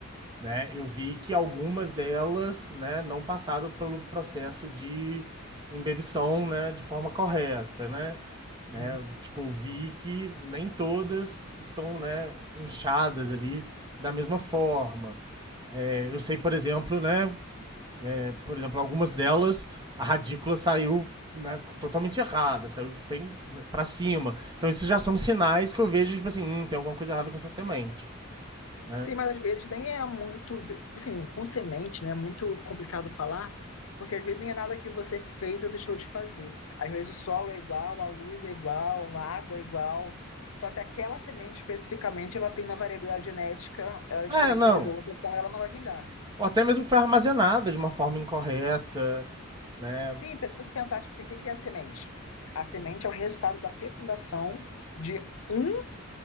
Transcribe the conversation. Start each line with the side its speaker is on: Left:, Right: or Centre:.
Right: né? Eu vi que algumas delas, né, não passaram pelo processo de embebição, né, de forma correta, né? Né?
Left: Hum.
Right: Tipo, vi que nem todas estão, né, inchadas ali da mesma forma. É, eu sei, por exemplo, né, é, por exemplo, algumas delas a radícula saiu né, totalmente errada, saiu sem para cima. Então isso já são sinais que eu vejo tipo assim, hum, tem alguma coisa errada com essa semente, né?
Left: Sim, mas às vezes nem é muito, assim, com semente, né? É muito complicado falar, porque às vezes nem é nada que você fez ou deixou de fazer. Às vezes o solo é igual, a luz é igual, a água é igual, só que aquela semente especificamente, ela tem uma variabilidade genética, ela é
Right: É,
Left: diferente
Right: não,
Left: das outras, então ela não vai vingar.
Right: Ou até mesmo foi armazenada de uma forma incorreta, né?
Left: Sim, se você pensar, tipo assim, o que que é a semente? A semente é o resultado da fecundação de um,